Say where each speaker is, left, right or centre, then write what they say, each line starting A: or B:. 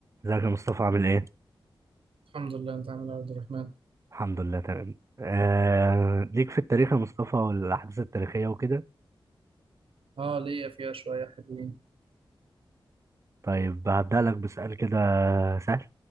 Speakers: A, on the right; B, on the right.
A: ازيك يا مصطفى عامل ايه؟
B: الحمد لله انت عامل إيه يا عبد الرحمن
A: الحمد لله تمام آه... ليك في التاريخ يا مصطفى والأحداث التاريخية وكده
B: اه ليا فيها شويه حلوين
A: طيب هبدأ لك بسؤال كده سهل